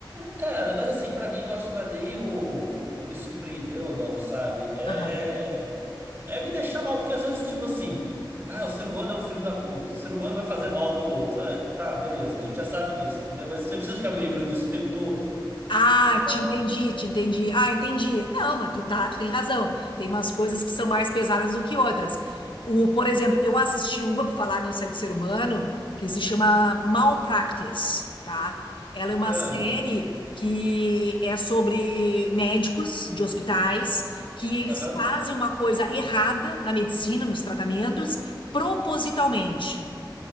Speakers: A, on the right (about 30°); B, on the left (about 80°).
A: Cara, mas assim, pra mim, não acho que não é nem o, o me surpreender ou não, sabe? É,
B: Aham.
A: é me deixar mal, porque às vezes, tipo assim, ah, o ser humano é um filho da puta, o ser humano vai fazer mal pro outro. Ah, tá, beleza, a gente já sabe disso, entendeu? Mas você precisa ficar me lembrando disso o tempo todo,
B: Ah,
A: sabe?
B: te entendi, te entendi. Ah, entendi. Não, mas tu tá, tu tem razão. Tem umas coisas que são mais pesadas do que outras. O, por exemplo, eu assisti uma, por falar nisso é de ser humano, que se chama Malpractice, tá? Ela é uma
A: Ah,
B: série que é sobre médicos de hospitais que eles
A: Aham.
B: fazem uma coisa errada na medicina, nos tratamentos, propositalmente